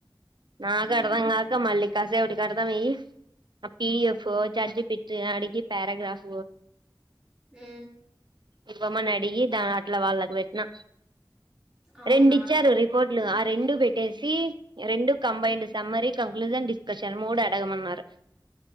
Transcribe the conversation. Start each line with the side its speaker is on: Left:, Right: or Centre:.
Right: నాకు
Centre: మ్హు
Right: అర్థం గాక మళ్ళీ కాస అప్పుటి కడతా పోయయి పిడిఎఫ్ చజి పెిట్ అడికి పరగ్రాఫ
Centre: అ
Right: ఇవ్వమ్మని అడిగి దాని అట్లా వాళ్ళకి పెట్టిన
Centre: అవునా
Right: రెండు ఇచ్చారు రిపోర్టులు రెండు బెట్టేసి రెండు కంబైండ్
Centre: మ్మ్
Right: సమ్మరీ కంక్లూజన్ డిస్కషన్ మూడు అడగమన్నారు